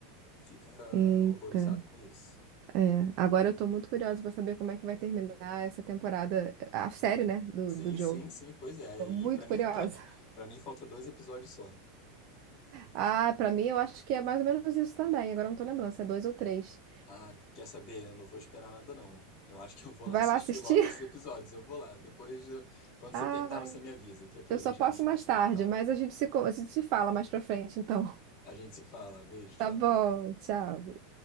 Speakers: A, on the left; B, on the right.
A: fica
B: Eita,
A: horrorizado com isso.
B: é. Agora eu tô muito curiosa pra saber como é que vai terminar essa temporada, a série, né, do,
A: Sim,
B: do Joe.
A: sim, sim, pois é.
B: Tô
A: E
B: muito
A: pra mim,
B: curiosa.
A: pra, pra mim falta dois episódios só.
B: Ah, pra mim eu acho que é mais ou menos isso também. Agora eu não tô lembrando se é dois ou três.
A: Ah, quer saber? Eu não vou esperar nada, não. Eu acho que eu vou
B: Vai
A: lá assistir
B: lá assistir?
A: logo
B: <laughs>
A: esses episódios. Eu vou lá. Depois, eu- quando
B: Ah,
A: você terminar, você me avisa, que é pra
B: eu
A: gente
B: só posso
A: discutir
B: mais tarde,
A: o final.
B: mas a gente se, co- a gente se fala mais pra frente, então.
A: A gente se fala. Beijo, tchau.
B: Tá bom, tchau.